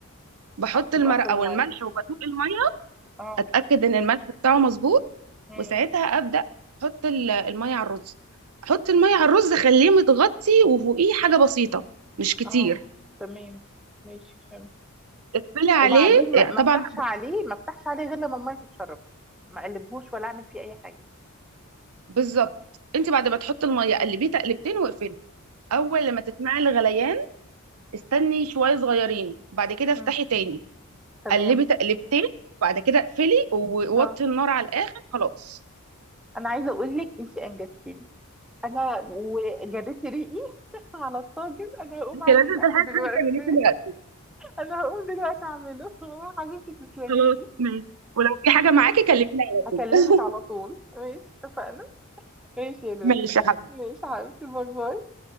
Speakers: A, on the right (about 80°); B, in the centre.
A: بحط
B: آه، تبقى
A: المرقة
B: في الميه
A: والملح وبدوق المية
B: اه
A: أتأكد إن الملح بتاعه مظبوط
B: مم.
A: وساعتها أبدأ أحط ال- المية على الرز أحط المية على الرز أخليه متغطي وفوقيه حاجة بسيطة مش كتير
B: اه تمام ماشي فهمت
A: اقفلي عليه
B: وبعدين ما
A: آه،
B: ما
A: طبعا
B: افتحش عليه ما افتحش عليه غير لما الميه تتشرب ما اقلبهوش ولا اعمل فيه اي حاجه
A: بالظبط انت بعد ما تحطي الميه قلبيه تقلبتين واقفلي اول لما تسمعي الغليان استني شويه صغيرين بعد كده افتحي
B: مم.
A: تاني
B: تمام
A: قلبي تقلبتين بعد كده اقفلي ووطي
B: اه
A: النار على الاخر خلاص
B: انا عايزه اقول لك انت انجبتيني انا وجريتي ريقي على الطاجن انا هقوم
A: انت
B: اعمل
A: لازم
B: الاكل
A: تلحقي
B: دلوقتي
A: تروحي تعمليه دلوقتي
B: انا هقوم دلوقتي اعمله <laughs> حبيبتي تسلمي
A: خلاص
B: لي
A: ماشي ولو في حاجه معاكي كلميني على
B: هكلمك
A: طول <laughs>
B: على طول ماشي اتفقنا ماشي يا لولو
A: ماشي يا حبيبتي
B: ماشي يا حبيبتي باي باي